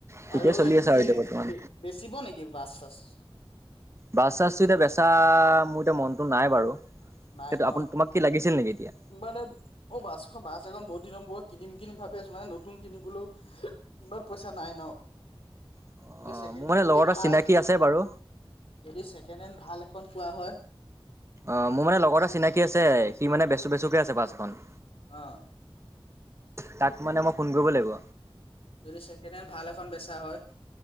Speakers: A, on the right; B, on the left.
A: ঠিকেই
B: আৰু
A: চলি
B: এইটো
A: আছে
B: কি
A: আৰু এতিয়া বৰ্তমান।
B: বে বেচিব নেকি বাছ চাছ।
A: বাছ চাছটো এতিয়া বেচা মোৰ এতিয়া মনতটো নাই বাৰু
B: নাই ন
A: আপু তোমাক কি লাগিছিল নেকি? এতিয়া?
B: মানে অ বাছখন বাছ এখন বহুত দিনৰ পৰা কিনিম কিনি ভাবি আছো মানে নতুন কিনিবলৈ হু ইমান পইচা নাই ন।
A: অ'
B: ছেকেণ্ড
A: মোৰ
B: হেণ্ড
A: মানে
B: যদি
A: লগৰ এটা
B: ভাল
A: চিনাকি আছে বাৰু।
B: যদি ছেকেণ্ড হেণ্ড ভাল এ কমত পোৱা হয়
A: অ মোৰ মানে লগৰ এটা চিনাকি আছে সি মানে বেচো বেচোকে আছে বাছ খন।
B: আহ
A: তাক মানে মই ফোন কৰিব লাগিব
B: যদি ছেকেণ্ড হেণ্ড ভাল এখন বেচা হয়।